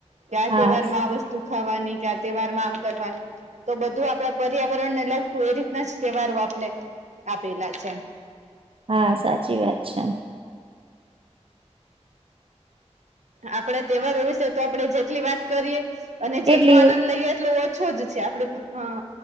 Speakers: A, on the right; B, on the right.
A: ક્યા
B: હા
A: તહેવાર માં આ વસ્તુ ખાવાની ક્યા તહેવાર માં આમ કરવાનું તો બધું આપણા પર્યાવરણ ને લગતું એ રીતના જ તહેવારો આપણે આપેલા છે.
B: હા સાચી વાત છે.
A: આપડે તહેવારો વિશે તો આપડણે જેટલી વાત કરીએ અને જેટલો
B: એટલી
A: આનંદ લઈએ એટલો ઓછો જ છે આપડે હા